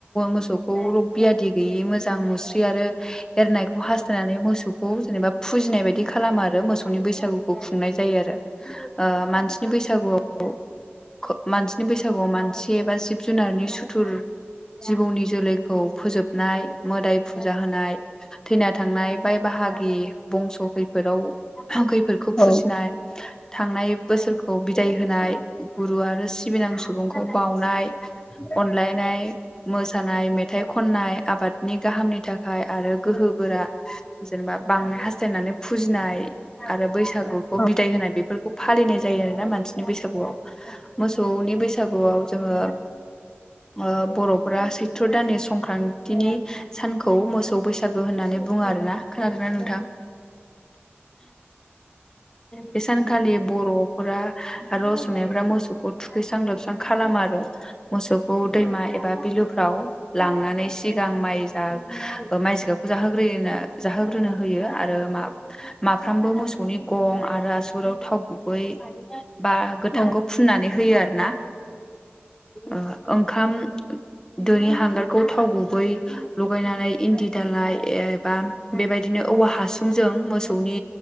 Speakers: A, on the left (about 15°); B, on the left (about 35°).
A: मोसौखौ रग बियादि गैयि मोजां मुस्रि आरो एरनायखौ हास्थायनानै मोस सौखौ जेनेबा फुजिनाय बायदि खालामो आरो मोसौनि बैसागुखौ खुंनाय जायो आरो ओ मानसिनि बैसागुआव ख मानसिनि बैसागुआव मानसि एबा जिब जुनारनि सुथुर जिबौनि जोलैखौ फोजोबनाय मोदाय फुजा होनाय। थैना थांनाय बाय बाहागि बंस' खैफोदाव खैफोदखौ
B: औ
A: फुजिनाय <inaudible> थांनाय बोसोरखौ बिदाय होनाय गुरु आरो सिबिनां सुबुंखौ बावनाय।
B: <inaudible>
A: अनलायनाय मोसानाय मेथाइ खननाय आबादनि गाहामनि थाखाय आरो गोहो गोरा जेनेबा बांनाय हास्थायनानै फुजिनाय आरो बैसागुखौ
B: औ
A: बिदाय होनाय बेफोरखौ फालिनाय जायो आरोना मानसिनि बैसागुआव मोसौनि बैस सागुआव जोङो ओ बर'फोरा सैथ्र' दाननि संक्रान्तिनि सानखौ मोसौ बैसागु होननानै बुङो आरो ना? खोनादोंना नोंथां? बे सानखालि बर'फोरा आरो असमियाफोरा मोसौखौ थुखैस्रां लोबस्रां खालामो आरो मोसौखौ दैमा एबा बिलोफ्राव लांनानै सिगां माइ जा ओ माइ जिगाबखौ जाहोग्रोयोनो। जाहोग्रोनो होयो आरो मा माफ्रोमबो मोसौनि गं आरो आसुगुराव थाव गुबै बा गोथांखौ
B: औ
A: फु फुननानै होयो आरो ना ओ ओंखाम दोनि हांगारखौ थाव गुबै लगायनानै इन्दि दालाय एबा बेबायदिनो औवा हासुंजों मोसौनि